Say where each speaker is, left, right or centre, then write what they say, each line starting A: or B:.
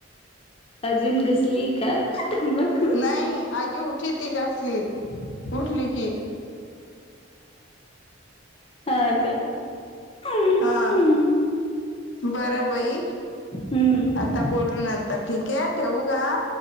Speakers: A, on the left; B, on the left.
A: अजुन घसली का तंबाख
B: नाही आज उठीत ती घसित उठली की <inaudible>
A: हा का हम्म
B: हा बरं बाई
A: हम्म
B: आता बोलू नंतर ठीक ये ठेवू का